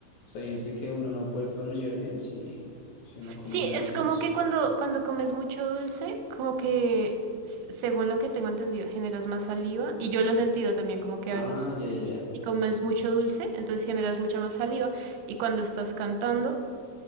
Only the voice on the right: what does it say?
Sí,
es como
que cuando, cuando comes mucho dulce, como que, s- según lo que tengo entendido, generas más saliva y yo lo he sentido también como que
a veces...
Si,
si comes mucho dulce, entonces generas mucha más saliva y cuando estás cantando